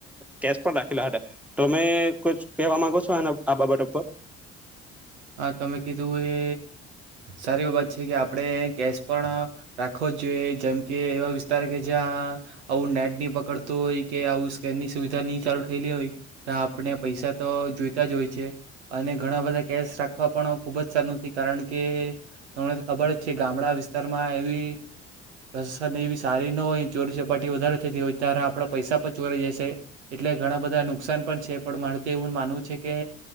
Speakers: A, in the centre; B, on the right.
A: કેશ પણ રાખેલા હતા તો અમે ક કહેવા માંગો છો એના આ બાબટ ઉપર
B: હા તમે કીધું એ સારી બાબત છે કે આપણે કેશ પણ રાખવો જ જોઈએ જેમ કે એવા વિસ્તાર કે જ્યાં આવું નેટ નની પકડતું હોય કે આવું સ્કેનની સુવિધા નહી ચાલુ થયેલી હોય ત્યા આપણે પૈસા તો જોઈ જ હોય છે અને ઘણા બધા કેસ રાખવા પણ ખુબ જ સારું નથી કારણ કે તમને ખબર જ છે ગામડા વિસ્તારમાં એવી પ્રન એવી સારી ન હોય ચોરી ચપાટી વધારે થતી હોય ત્યારે આપણા પૈસા પણ ચોરી જશે એટલે ઘણા બધા નુકસાન પણ છે પણ મારે તો એવું માનવું છે કે